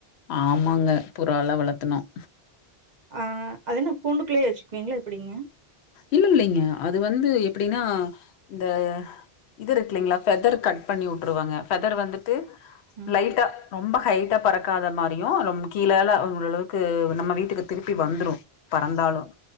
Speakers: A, on the left; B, on the right.
A: ஆமாங்க புறாலாம் வளர்த்தனும்
B: ஆஹ் அதன கூண்டுக்குள்ளேயே வச்சுக்குவீங்களா எப்படிங்க
A: இல்ல இல்லைங்க அது வந்து எப்படின்னா இந்த இது இருக்குலைங்களா ஃபெதர் கட் பண்ணி விட்டுருவாங்க ஃபெதர் வந்துட்டு
B: ம்.
A: லைட ரொம்ப ஹைட்டா பறக்காத மாரியும் ரொம்ப கீழல அந்த அளவுக்கு நம்ம வீட்டுக்கு திருப்பி வந்துரும் பறந்தாலும்